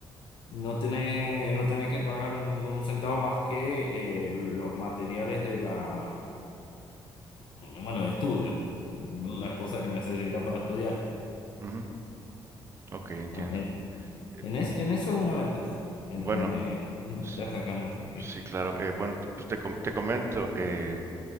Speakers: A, on the left (about 70°); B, on the right (about 30°).
A: No tenés, no tenés que pagar un, un centavo más que eh, los materiales de la, bueno, de estudio, las cosas que necesitas para estudiar.
B: ujú, Ok, entiendo.
A: Ah, En, en es-
B: Mm,
A: en eso es una ventaja, en,
B: Bueno,
A: en- en- una ventaja
B: s-
A: acá en Argentina.
B: sí, claro. eh, bueno, te, pues te, com- te comento, eh,